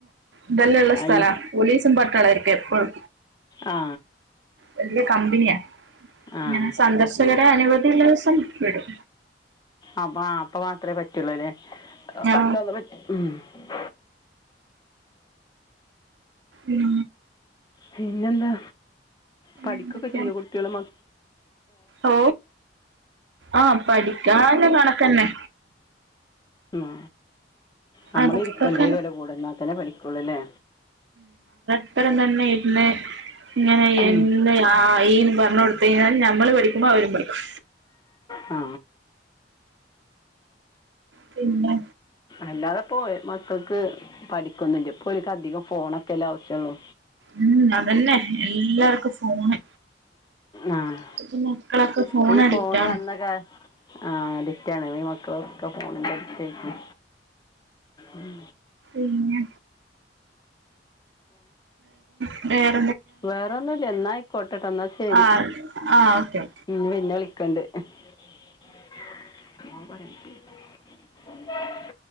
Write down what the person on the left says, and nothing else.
അല്ല
ആ
ആ
അപ്പ അപ്പ മാത്രേ പ <unintelligible>
<unintelligible>
പിന്നെന്താ പഠിക്കൊക്കെ
ചെയ്യോ കുട്ടിയോളും മ
ഉം നമ്മള്
ഇരിക്കണ്ടിവരു ഓലെ കൂടെഇന്നാതെന്നെ പഠിക്കുള്ളു ലേ
ഉം.
ആ
അല്ലാതെ പ്പം മക്കക്ക് പഠി <unintelligible> ഇപ്പോൽക്കധികം ഇല്ല അധികം ഫോണ <unintelligible> ആവശ്യൊള്ളു
ആഹ
ഇപ്പ ഈ
ഫോണ് വന്ന ആ അഡിക്റ്റാണ് ഈ മക്കളക്കെ ഫോണിന്റെ അടുത്തയിക്കും ഉം
വേറെന്നുല്ല എന്നായിക്കോട്ടെട്ടോ എന്നാ ശരി
ഇനി പിന്നെ വിളിക്കണ്ട്.